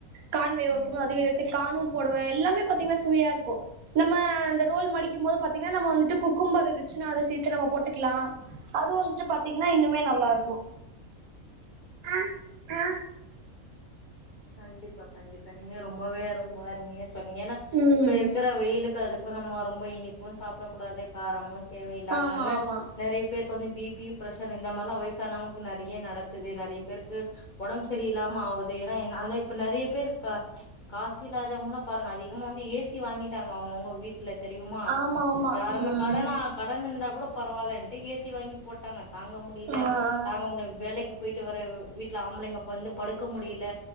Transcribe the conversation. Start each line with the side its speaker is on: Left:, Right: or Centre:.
Right: கான் வேவு
Left: ம்
Right: வக்கும்போது அதுவேகட்டு கானும் போடுவ எல்லாமே பாத்தீங்கனா சுவையா இருக்கு நம்ம அந்த ரோல் மடிக்கு போது பாத்தீங்கனா நம்ம வந்துட்டு குக்கும்பர்ரு அத சேத்து நம்ம போட்டுக்கலா அது வந்துட்டு பாத்தீங்கனா இன்னுமே நல்லா இருக்கு ஆ ஆ
Left: கண்டிப்பா கண்டிப்பா நீங்க ரொம்பவே ரொம்ப அருமையா சொனேங்க ஏனா
Right: ம்
Left: இப்ப இருக்குற வெயிலுக்கு அதுக்கு நம்ம ரொம்ப இனிப்பு சாப்புட கூடாது காரமு தேவையில்லாகாங்க
Right: ஆமா ஆமா
Left: நெறய பேர் வந்து பி பி பிரஷர் இந்த மாரிலா வயசானவங்களுக்கு நெறய நடக்குது நெறய பேருக்கு உடம் சரியில்லாம ஆவுது ஆ அந்த இப்ப நிறைய பேர் கா ச் காசி இல்லாதவங்களா பாருங்க அதிகமா வந்து ஏ சி வாங்கிட்டாங்க அவுங்கவுங்க வீட் இல தெரியுமா
Right: ஆமா ஆமா
Left: யாருமே
Right: ம்
Left: கடனா கடன் இருந்தா கூட பரவால்ன்ட்டு ஏ சி வாங்கி போட்டாங்க தாங்க முடில
Right: ஆ
Left: தாங்க முடிய வேலைக்கு போயிட்டு வர வீட்ல ஆம்பிளைங்க வந்து படுக்க முடியல